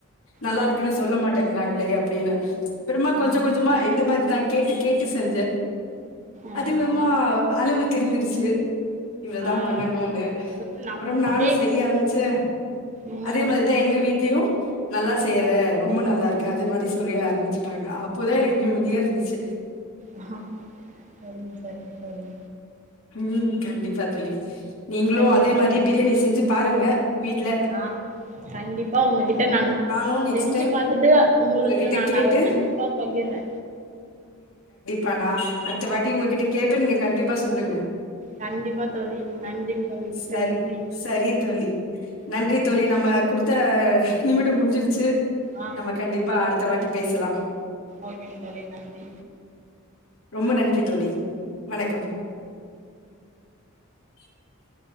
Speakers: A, on the left; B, on the right.
A: நல்லா
B: ஆ
A: இருக்குன்னு சொல்ல மாட்டேங்க வேங்களயோ அப்பிடின்னு அப்பறமா கொஞ்ச
B: ஆ
A: கொஞ்ச இதே மாரிதா கேட்டு கேட்டு செஞ்சே
B: ஆ
A: அதிவிமோ அளவு தெரிஞ்சிருச்சி இவ்ளதா
B: ஆ
A: பண்ணணுன்னு
B: அதுக்கப்புறோ நம்
A: அப்பறம் நானு
B: அப்டியே
A: செய்ய ஆரம்பிச்சு
B: ம்
A: அதே மாரிதா எங்க வீட்லயும் நல்லா செய்யற
B: ம்
A: ரொம்ப நல்லா இருக் கத மாரி சொல்லி ஆரம்பிச்சுட்டாங்க அப்பதா எனக்கு நிம்மதியா இருந்துச்சி
B: ஆ செரிங்க-செரிங்க தோழி
A: ம் கண்டிப்பா <inaudible> நீங்களு
B: சரிங்க
A: அதே
B: தோழி
A: மாரி பிரியாணி செஞ்சி பாருங்க வீட்ல
B: ஆ கண்டிப்பா உங்ககிட்ட நா
A: நானு நெக்ஸ்ட்
B: செஞ்சு
A: டைம்
B: பாத்துட்டு உங்களுக்கு
A: உங்ககிட்ட
B: நா
A: கேட்டு
B: அத கண்டிப்பா பகிர்றே
A: பண்ணா அடுத்த வாட்டி உங்ககிட்ட கேப்பே நீங்க கண்டிப் ப்பா சொல்லுங்க
B: கண்டிப்பா தோழி நன்றிங்க தோழி மிக்க
A: சரி
B: நன்றி
A: சரி தோழி நன்றி
B: ஆ
A: தோழி நம்ம குடுத்த நிமிடம் முடிஞ்சிருச்சி
B: ஆ
A: நம்ம கண்டிப்பா அடுத் த்தவாட்டி பேசலா
B: ஓகேங்க தோழி நன்றி
A: ரொம்ப நன்றி தோழி வணக்கம் <inaudible>